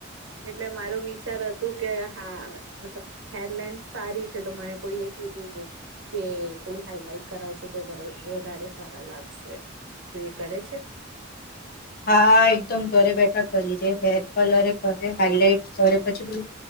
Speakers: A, on the right; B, on the left.
A: એટલે મારો બી અ ચાલ હતું કે હા મતલબ હેર લેન્થ સારી છે તો મને કોઈએ કીધું તું. કે થોડું હાઈલાઈટ કરાવશો તો વધારે સારા લાગશે. તો એ કરે છે.
B: હા એકદમ ઘરે બેઠા કરી દે હેર કલરે કરે હાઈલાઈટ કરે પછી પેલું.